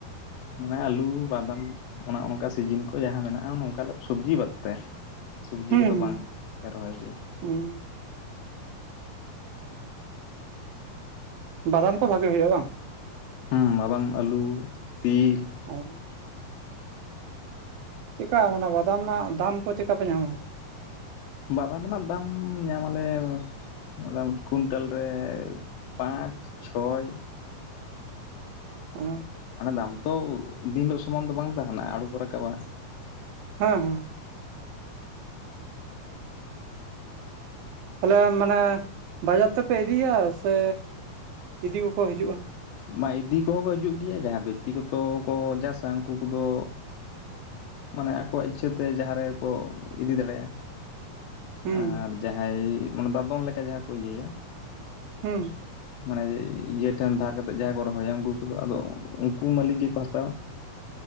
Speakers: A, on the left; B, on the right.
A: ᱢᱟᱱᱮ ᱟᱞᱩ ᱵᱟᱫᱟᱢ ᱚᱱᱮ ᱚᱱᱠᱟ ᱥᱤᱡᱤᱱ ᱠᱚ ᱡᱟᱦᱟᱸ ᱢᱮᱱᱟᱜᱼᱟ ᱚᱱᱠᱟ ᱥᱚᱵᱽᱡᱤ ᱵᱟᱫ ᱛᱮ᱾ ᱥᱚᱵᱽᱡᱤ
B: ᱦᱩᱸ
A: ᱠᱚᱫᱚ ᱵᱟᱝ ᱞᱮ ᱨᱚᱦᱚᱭ ᱜᱮᱭᱟ᱾
B: ᱦᱩᱸ ᱵᱟᱫᱟᱢ ᱠᱚ ᱵᱷᱟᱹᱜᱤ ᱦᱩᱭᱩᱜᱼᱟ ᱵᱟᱝ
A: ᱦᱮᱸ ᱵᱟᱵᱟᱢ ᱟᱹᱞᱩ ᱛᱤᱞ
B: ᱚ ᱪᱮᱫᱠᱟ ᱚᱱᱟ ᱵᱟᱫᱟᱢ ᱨᱮᱱᱟᱜ ᱫᱟᱢ ᱠᱚ ᱪᱮᱫ ᱞᱮᱠᱟ ᱯᱮ ᱧᱟᱢᱟ?
A: ᱵᱟᱫᱟᱢ ᱨᱮᱱᱟᱜ ᱫᱟᱢ ᱧᱟᱢᱟᱞᱮ ᱾ <inaudible> ᱠᱩᱭᱱᱴᱟᱞ ᱨᱮ ᱯᱟᱸᱪ ᱪᱷᱚᱭ
B: ᱦ
A: ᱢᱟᱱᱮ ᱫᱟᱢ ᱛᱚ ᱫᱤᱱ ᱦᱤᱞᱳᱜ ᱥᱚᱢᱟᱱ ᱫᱚ ᱵᱟᱝ ᱛᱟᱦᱮᱱᱟ ᱟᱬᱜᱳ ᱨᱟᱠᱟᱵᱟ᱾
B: ᱦᱮᱸ ᱦᱮᱸ ᱾
A: <inaudible>
B: ᱛᱟᱦᱞᱮ ᱢᱟᱱᱮ ᱵᱟᱡᱟᱨ ᱛᱮᱯᱮ ᱤᱫᱤᱭᱟ ᱥᱮ ᱤᱫᱤ ᱠᱚᱠᱚ ᱦᱤᱡᱩᱜᱼᱟ᱾
A: ᱵᱟᱝ ᱤᱫᱤ ᱠᱚᱦᱚᱸ ᱠᱚ ᱦᱤᱡᱩᱜ ᱜᱮᱭᱟ ᱡᱟᱦᱟᱸᱭ ᱵᱮᱠᱛᱤᱜᱚᱛᱚ ᱠᱚ ᱪᱟᱥᱟ ᱩᱱᱠᱩ ᱠᱚᱫᱚ ᱢᱟᱱᱮ ᱟᱠᱚᱣᱟᱜ ᱤᱪᱪᱷᱟᱹ ᱛᱮ ᱡᱟᱦᱟᱸ ᱨᱮᱠᱚ ᱤᱫᱤ ᱫᱟᱲᱮᱭᱟᱜᱼᱟ ᱾
B: ᱦᱩᱸ
A: ᱟᱨ ᱡᱟᱦᱟᱸᱭ ᱢᱟᱱᱮ ᱫᱟᱫᱚᱱ ᱞᱮᱠᱟ ᱡᱟᱦᱟᱸ ᱠᱚ ᱤᱭᱟᱹᱭᱟ
B: ᱦᱮᱸ
A: ᱢᱟᱱᱮ ᱡᱮ ᱤᱭᱟᱹ ᱴᱷᱮᱱ ᱫᱷᱟᱨ ᱠᱟᱛᱮᱫ ᱡᱟᱦᱟᱸᱭ ᱠᱚ ᱨᱚᱦᱚᱭᱟ ᱩᱱᱠᱩ ᱠᱚᱫᱚ ᱟᱫᱚ ᱩᱱᱠᱩ ᱢᱟᱹᱞᱤᱠ ᱜᱮᱠᱚ ᱦᱟᱛᱟᱣᱟ᱾